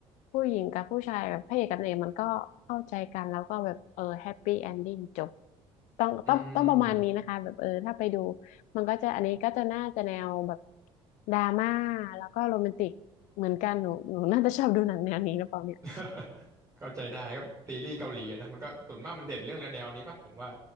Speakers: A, on the left; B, on the right.
A: ผู้หญิงกับผู้ชายแบบพระเอกกับนางเอกมันก็เข้าใจกันแล้วก็แบบเออแฮปปี้เอนดิ้งจบต้องต้องต้องประมาณนี้นะคะแบบเออถ้าไปดู
B: อืม
A: มันก็จะอันนี้ก็จะน่าจะแนวแบบดราม่าแล้วก็โรแมนติกเหมือนกันหนูหนูน่าจะชอบดูหนังแนวนี้หรือเปล่าเนี่ย
B: <laughs> เข้าใจได้ก็ซีรีส์เกาหลีอะนะมันก็ส่วนมากมันเด่นเรื่องแนวๆนี้ป่ะผมว่า